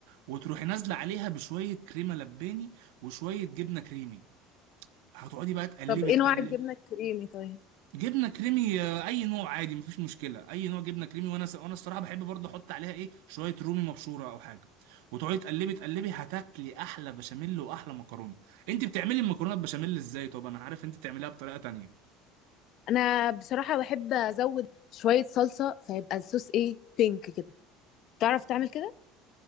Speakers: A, on the right (about 80°); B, on the left (about 55°).
A: وتروحي نازله عليها بشويه كريمه لباني وشويه جبنه كريمي هتقعدي بقى تقلبي
B: طب ايه
A: تقلبي
B: نوع الجبنة الكريمي طيب؟
A: جبنه كريمي آه، اي نوع عادي مفيش مشكله اي نوع جبنه كريمي وانا س... وانا الصراحه بحب برضه احط عليها ايه شويه رومي مبشوره او حاجه وتقعدي تقلبي تقلبي هتاكلي احلى بشاميل واحلى مكرونه انت بتعملي المكرونه بشاميل ازاي طب انا عارف انت بتعمليها بطريقه تانية
B: أنا بصراحة بحب أزود شوية صلصة فيبقى الصوص ايه؟ بينك كده تعرف تعمل كده؟